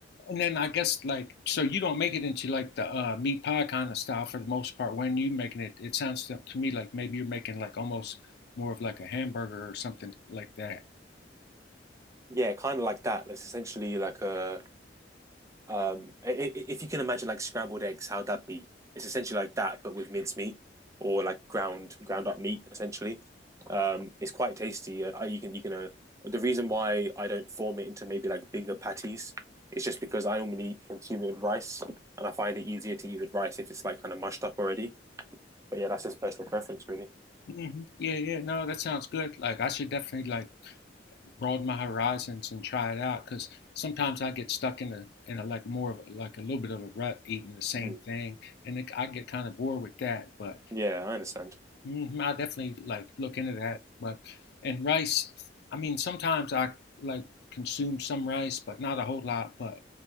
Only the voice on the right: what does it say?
yeah, kind of like that. It's essentially like a Um, i- i- if you can imagine like scrambled eggs, how'd that be? It's essentially like that, but with mincemeat or like ground ground up meat, essentially. Um, it's quite tasty. Uh, you can you can uh, the reason why I don't form it into maybe like bigger patties is just because I normally consume it with rice, and I find it easier to eat with rice if it's like kind of mushed up already. But yeah, that's just personal preference, really.
Mhm.
Yeah, I understand.